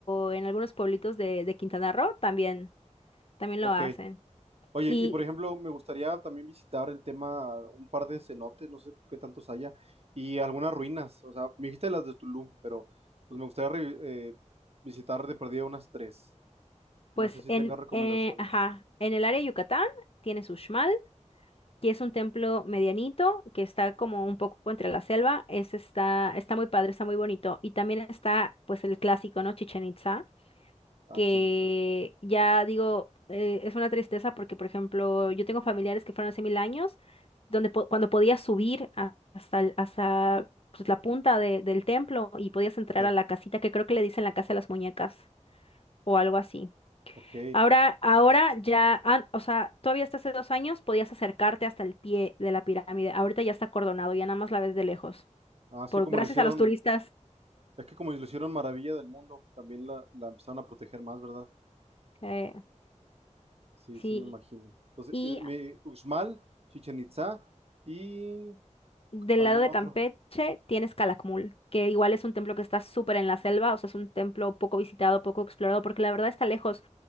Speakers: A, on the left; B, on the right.
A: o en algunos pueblitos de, de Quintana Roo, también, también
B: Ok.
A: lo hacen.
B: Oye,
A: Y
B: y por ejemplo, me gustaría también visitar el tema, un par de cenotes, no sé qué tantos haya, y algunas ruinas. O sea, me dijiste las de Tulum, pero pues me gustaría re- eh, visitar de perdida unas tres.
A: pues
B: No sé si
A: en,
B: tengas recomendaciones.
A: eh, ajá, en el área de Yucatán tienes Uxmal, que es un templo medianito, que está como un poco entre la selva. Ese está, está muy padre, está muy bonito. Y también está pues el clásico, ¿no? Chichen Itza
B: Ah,
A: que
B: Chenitza.
A: ya digo, eh, es una tristeza porque, por ejemplo, yo tengo familiares que fueron hace mil años, donde po- cuando podías subir a- hasta, el- hasta pues, la punta de- del templo y podías entrar
B: Sí.
A: a la casita, que creo que le dicen la casa de las muñecas o algo así.
B: Ok.
A: Ahora, ahora ya, an- o sea, todavía hasta hace dos años podías acercarte hasta el pie de la pirámide. Ahorita ya está acordonado, ya nada más la ves de lejos.
B: Ah, así
A: Por,
B: como
A: gracias
B: lo hicieron
A: a los turistas.
B: Es que como lo hicieron Maravilla del Mundo, también la, la empezaron a proteger más, ¿verdad?
A: eh,
B: Sí,
A: sí.
B: sí me imagino. Entonces,
A: Y
B: eh, mi- Uxmal, Chichen Itza y
A: Del
B: algún
A: lado de
B: otro.
A: Campeche tienes Calakmul, que igual es un templo que está súper en la selva, o sea, es un templo poco visitado, poco explorado, porque la verdad está lejos,